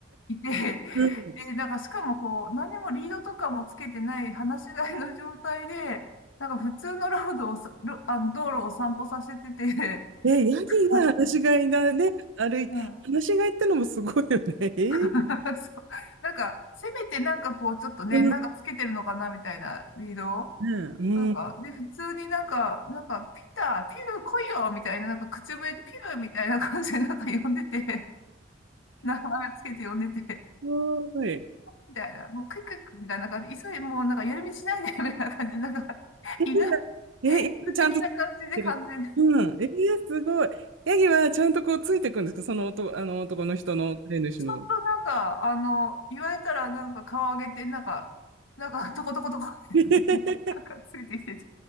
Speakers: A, on the left (about 80°); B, on the right (about 75°).
A: いて、
B: うん。
A: で、なんかしかもこう、何もリードとかもつけてない、放し飼いの状態で、なんか普通のロードをさ、ロあの道路を散歩させてて、
B: え、ヤギが放し飼いだね、
A: <laughs> はい
B: 歩いて、
A: うん、うん
B: 放し飼いってのもすごいよね。<laughs> えー、
A: <laughs> そうなんか、せめてなんかこう、ちょっとね、
B: うん、
A: なんかつけてるのかなみたいなリードを
B: うん、
A: なんか、
B: す
A: で、普通になんか、なんか、ピター、ピル来いよみたいな、なんか口笛でピルみたいな感じでなんか呼んでて、<laughs> 名前つけて呼んでて、
B: ごい。
A: みたいな、もうクックックみたいな感じで、急い、もうなんか夜道しないで、みたいな感じで、なんか、
B: ヤギが、
A: 犬、
B: え、ヤギがちゃんと
A: 犬的な感じで完全に、
B: てるうん。えー、すごい。ヤギはちゃんとこうついてくんですかその男、あの男の人の飼い主の。
A: ちゃんとなんか、あの、言われたらなんか顔上げて、なんか、なんか、トコトコトコ、な
B: <laughs>
A: んかついてきてて、